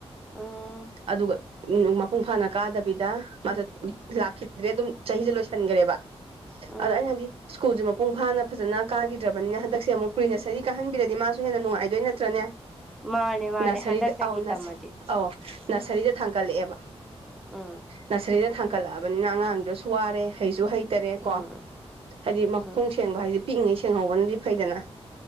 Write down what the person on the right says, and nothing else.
ꯑꯗꯨꯒ ꯎꯝ ꯃꯄꯨꯡ ꯐꯥꯅ ꯀꯥꯗꯕꯤꯗ ꯃꯥꯁꯦ ꯂꯥꯛꯈꯤꯗ꯭ꯔꯦ ꯑꯗꯨꯝ ꯆꯍꯤꯖꯦ ꯂꯣꯏꯁꯟꯒꯔꯦꯕ
ꯑꯗ ꯑꯩꯅ ꯍꯥꯏꯗꯤ ꯏꯁ ꯁ꯭ꯀꯨꯜꯁꯦ ꯃꯄꯨꯡ ꯐꯥꯅ ꯐꯖꯅ ꯀꯥꯒꯤꯗ꯭ꯔꯕꯅꯤꯅ ꯀꯨꯜꯖꯦ ꯃꯄꯨꯡ ꯐꯥꯅ ꯐꯖꯅ ꯀꯥꯒꯤꯗ꯭ꯔꯕꯅꯤꯅ ꯍꯟꯗꯛꯁꯦ ꯑꯃꯨꯛ ꯄ꯭ꯔꯤ ꯅꯔꯁꯔꯤ ꯀꯥꯍꯟꯕꯤꯔꯗꯤ ꯃꯥꯁꯨ ꯍꯦꯟꯅ ꯅꯨꯡꯉꯥꯏꯗꯣꯏ ꯅꯠꯇ꯭ꯔꯅꯦ
ꯅꯁꯔꯤꯗ
ꯑꯥꯎ ꯅꯁ
ꯑꯥꯎ ꯅꯁꯔꯤꯗ ꯊꯥꯡꯀꯠꯂꯛꯑꯦꯕ
ꯅꯁꯔꯤꯗ ꯊꯪ ꯀꯠꯂꯛꯑꯕꯅꯤꯅ ꯑꯉꯥꯡꯗꯁꯨ ꯋꯥꯔꯦ ꯍꯩꯁꯨ ꯍꯩꯇꯔꯦ ꯀꯣ
ꯍꯥꯏꯗꯤ ꯃꯈꯣꯡ
ꯁꯦꯡꯕ ꯍꯥꯏꯁꯦ ꯄꯤꯛꯏꯉꯩ ꯁꯦꯡꯍꯧꯕꯅꯗꯤ ꯐꯩꯗꯅ